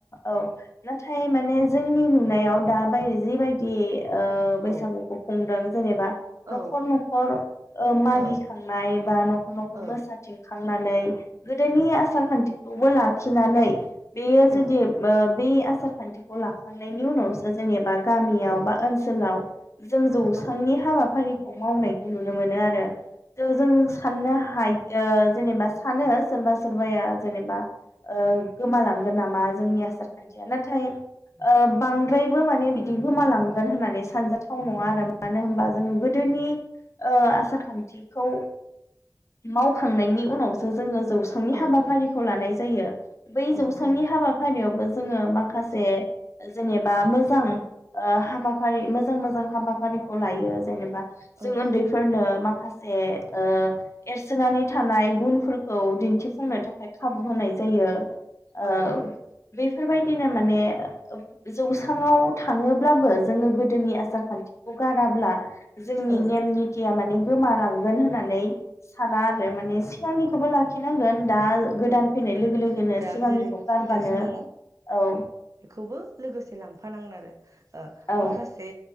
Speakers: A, on the left; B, on the right.
A: औ नाथाय माने जोंनि नुनायाव दाबाय जिबायदि ओ बैसागुखौ
B: औ
A: खुंदों। जेनेबा
B: औ
A: न'खर न'खर न'खर ओ मागिखांनाय
B: औ
A: बा न'खर न'खर
B: औ
A: मोसाथिं खांनानै गोदोनि आसार खान्थि खौबो लाखिनानै बेयो
B: औ
A: जुदि ओब बे आसार खान्थि अ ला थांनायनि उनावसो जेनेबा गामियाव
B: औ
A: बा ओनसोलाव जों जौस्रांनि
B: औ
A: हाबाफारिखौ मावनाय नुनो मोनो आरो जों जों साननो हाय ओ जेनेबा सानो
B: औ
A: सोरबा सोर बाया जेनेबा ओ गोमालांगोन नामा जोंनि आसार खान्थिया नाथाय ओ बांद्रायबो माने बिदि गोमालांगोन होननानै सानजाथाव नङा आरो मानो होनबा जोङो गोदोनि ओ आसार खान्थिखौ मावखांनायनि
B: औ
A: उनावसो जोङो जौसांनि
B: औ
A: हाबाफारिखौ
B: औ
A: लानाय जायो। बै
B: औ
A: जौसांनि
B: औ
A: हाबाफारियावबो जोङो माखासे
B: ओ
A: जेनेबा मोजां ओ हाबाफारि मोजां मोजां हाबाफारिखौ लायो जेनेबा
B: ओ
A: जों उन्दैफोरनो माखा से ओ एरसोनानै थानाय गुनफोरखौ दिन्थिफुंनो थाखाय खाबु होनाय जायो। ओ
B: औ
A: बेफोरबायदिनो माने जौसांआव थाङोब्लाबो जोङो गोदोनि आसार खान्थिखौ गाराब्ला जोंनि
B: औ
A: नेम निथिया माने गोमालां गोन होननानै साना आरो माने। सिगांनिखौबो
B: औ
A: लाखिनांगोन
B: औ
A: दा गोदान
B: औ
A: फैनाय लोगो लोगोनो
B: दा
A: सिगांनिखौ
B: जेरै
A: गारबानो
B: फैगासिनो दङ
A: औ
B: बेखौबो लोगोसे लांफानांगोन आरो। ओ
A: औ
B: माखासे